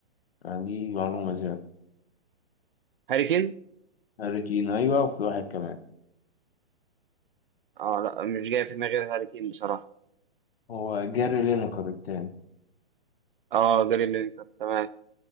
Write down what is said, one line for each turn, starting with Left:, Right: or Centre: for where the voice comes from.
Left: يعني دي معلومة زيادة
Right: هاري كين
Left: هاري كين ايوه وفي واحد كمان
Right: اه لا مش جاي في دماغي غير هاري كين بصراحة
Left: هو جاري لينكر التاني
Right: اه جاري لينكر تمام